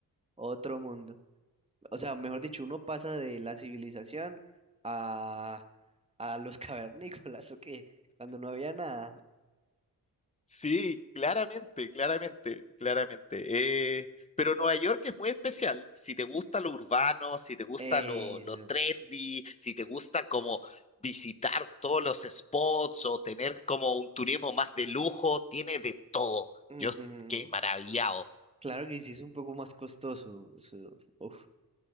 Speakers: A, on the right; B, on the left.
A: Otro mundo. O sea, mejor dicho, uno pasa de la civilización a, a los <laughs> cavernícolas, ¿o qué? Cuando no había nada.
B: Sí, claramente, claramente, claramente. Eh, pero Nueva York es muy especial. Si te gusta lo urbano, si te gusta
A: Eh,
B: lo, lo trendy, si te gusta como visitar todos los spots o tener como un turismo más de lujo, tiene de todo.
A: ujú,
B: Yo quedé maravillado.
A: Claro que sí es un poco más costoso. Eso, uf,